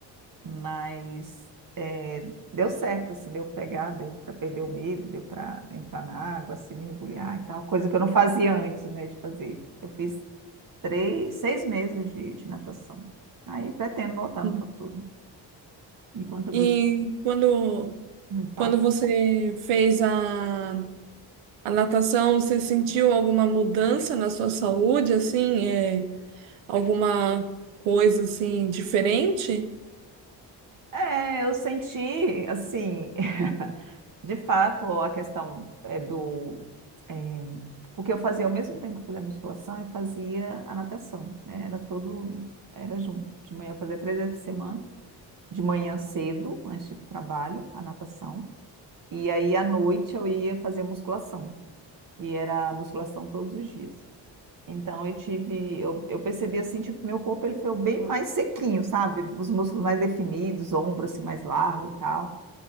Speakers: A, on the right (about 45°); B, on the right (about 85°).
A: mas eh, deu certo, assim, deu pegar, deu para perder o medo, deu para entrar na água, se mergulhar e tal, coisa que eu não fazia antes, né, de fazer. Eu fiz três, seis meses de, de natação, aí pretendo voltar
B: Sim.
A: no futuro. E quanto a
B: E
A: você,
B: quando,
A: não
B: quando você fez a, a natação, você sentiu alguma mudança na sua saúde, assim, é, alguma coisa assim diferente?
A: É, eu senti, assim, <laughs> de fato, a questão é do. é, porque eu fazia, ao mesmo tempo que fazia musculação, eu fazia a natação, né? Era todo. Era junto. De manhã eu fazia três vezes por semana, de manhã cedo, antes de ir para o trabalho, a natação. E aí, à noite, eu ia fazer musculação. E era musculação todos os dias. Então, eu tive. Eu, eu percebi, assim, tipo, meu corpo ele foi bem mais sequinho, sabe? Os músculos mais definidos, ombro, assim, mais largo e tal.